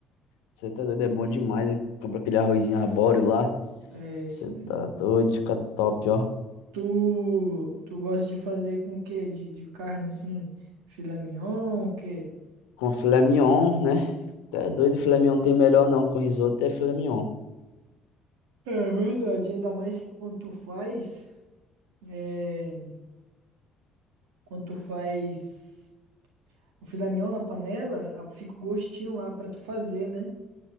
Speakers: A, on the left; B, on the right.
A: Você tá doido, é bom demais. Compra aquele arrozinho arbóreo lá.
B: É isso
A: Você
B: mesmo.
A: tá doido, fica top, ó.
B: Tu, tu gosta de fazer com o quê? De, de carne assim, filé mignon, o quê?
A: Com filé mignon, né? Tu é doido, filé mignon não tem melhor não. Com risoto é filé mignon.
B: É verdade, ainda mais que quando tu faz, é, quando tu faz o filé mignon na panela, ah, fica o gostinho lá pra tu fazer, né?